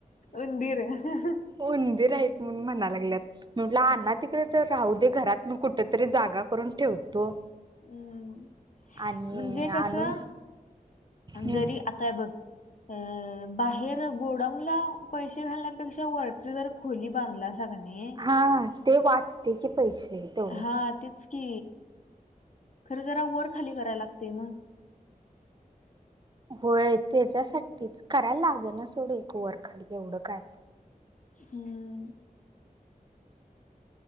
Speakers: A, on the left; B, on the right.
A: उंदीर हा हा.
B: उंदीर आहेत म्हणून म्हणा लागल्यात. म्हटलं आणा तिकडेच त राहू दे घरात मी कुठ तरी जागा करून ठेवतो.
A: हूं
B: आणि
A: म्हणजे कसं
B: आणून हा
A: जरी आता बघ अ बाहेर गोडाउनला पैसे घालण्यापेक्षा वरची जरा खोली बांधला असा कणी.
B: हा ते वाचते की पैसे तेवढं.
A: हा तेच कि खरं जरा वर खाली करायला लागतय म
B: होय त्याच्यासाठीच कराया लाग ना सोड एक वरखाली एवढं काय.
A: हूं!